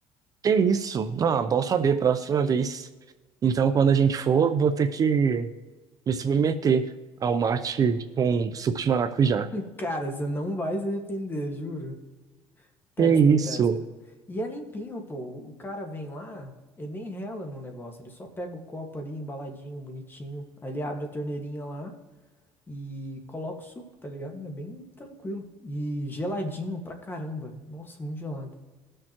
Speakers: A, on the right (about 35°); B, on the left (about 20°).
A: Que isso? Ah, bom saber, próxima vez. Então, quando a gente for, vou ter que me submeter ao mate com suco de maracujá.
B: <laughs> Cara, você não vai se arrepender, juro. Testa,
A: Que isso?
B: testa. E é limpinho, pô. O cara vem lá, ele nem rela no negócio, ele só pega o copo ali embaladinho, bonitinho. Aí ele abre a torneirinha lá e coloca o suco, tá ligado? É bem tranquilo. E geladinho pra caramba. Nossa, muito gelado.